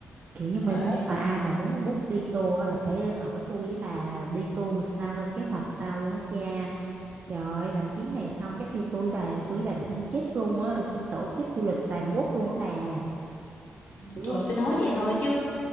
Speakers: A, on the right (about 45°); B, on the left (about 60°).
A: kiểu như
B: trời
A: mai mốt
B: ơi
A: mà ai mà muốn book đi tour á là phải hỏi tôi với bà là đi tour làm sao lên kế hoạch sao luôn á cha trời ơi, làm chuyến này xong chắc khi tôi với bà tôi với bà được thăng chức luôn á rồi xong tổ chức du lịch toàn quốc luôn á bà
B: ừ,
A: Dữ
B: trời
A: không?
B: tôi nói vậy thôi chứ